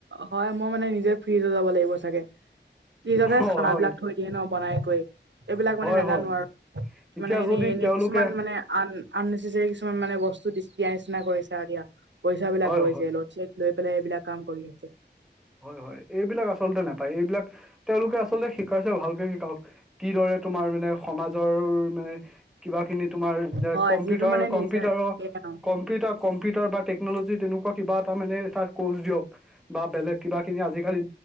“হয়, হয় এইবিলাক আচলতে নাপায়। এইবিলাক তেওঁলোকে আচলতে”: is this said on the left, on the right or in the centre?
Centre